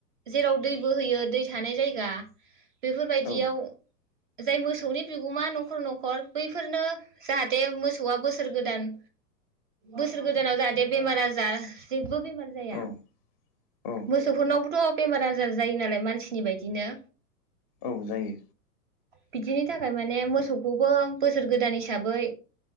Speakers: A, on the right; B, on the left.
A: जेराव दैबो होयो दै थानाय जायगा बेफोरबायदियाव
B: औ
A: जाय मोसौनि बिगोमा नखर नखर बैफोरनो जाहाथे मोसौआ बोसोर गोदान बोसोर गोदानाव जाहाथे बेमार आजार जेबो बेमार जाया
B: औ औ
A: मोसौफोरनावबोथ बेमार आजार जायो नालाय मानसिनि बायदिनो
B: औ जायो।
A: बिदिनि थाखाय माने मोसौखौ बो बोसोर गोदान हिसाबै